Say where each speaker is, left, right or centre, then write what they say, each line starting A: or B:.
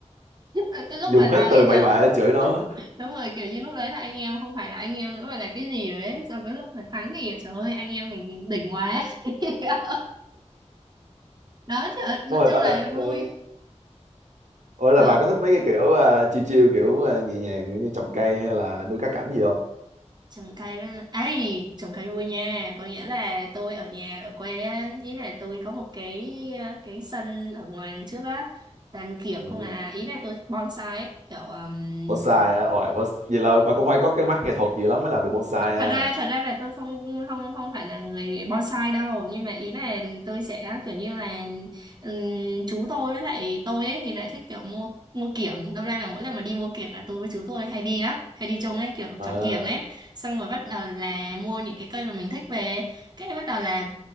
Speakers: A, on the right; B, on the right.
A: <laughs> nhất là cái lúc
B: dùng
A: mà
B: hết
A: thắng
B: từ
A: thì
B: bậy
A: trời
B: bạ để chửi nó
A: đúng rồi kiểu như lúc đấy là anh em không phải là anh em nữa mà là cái gì rồi đấy xong cái lúc mà thắng thì trời ơi anh em mình đỉnh quá <laughs> đó trời ơi, nói
B: đúng rồi bà,
A: chung là
B: ờ,
A: vui
B: ủa là
A: ừ.
B: bà có thích mấy cái kiểu à, chill chill kiểu à, nhẹ nhàng kiểu như trồng cây hay là nuôi cá cảnh gì không
A: trồng cây với lại- ấy trồng cây vui nha có nghĩa là tôi ở nhà ở quê á, ý là tôi có một cái ờ, cái sân ở ngoài đằng trước á tàn kiểm
B: ừ.
A: không à ý là tôi thích bonsai ấy, kiểu um,
B: bonsai á ôi bonsai. vậy là bà cũng phải có cái mắt nghệ thuật gì lắm mới làm được bonsai
A: thật
B: à
A: ra thật ra là tôi không không không phải là người bonsai đâu nhưng mà ý là tôi sẽ kiểu như là ừm, chú tôi với lại tôi ấy thì lại thích kiểu mua mua kiểng đâm ra là mỗi lần mà đi mua kiểng là tôi với chú tôi hay đi lắm hay đi chung ấy kiểu
B: Ờ,
A: chọn kiểng
B: ờ,
A: ấy xong rồi bắt đầu là mua những cái cây mà mình thích về cái bắt đầu là